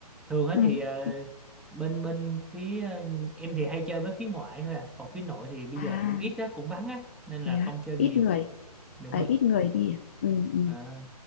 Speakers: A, in the centre; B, on the left.
A: thường á
B: ừ
A: thì ờ,
B: ừ.
A: bên bên phía ờ, em thì hay chơi với phía ngoại thôi à còn phía nội thì bây
B: à
A: giờ cũng ít á cũng vắng á nên là
B: thế
A: không
B: à
A: chơi nhiều
B: ít người
A: đúng
B: À,
A: rồi
B: ít người đi à? ừ, ừ.
A: Ờ,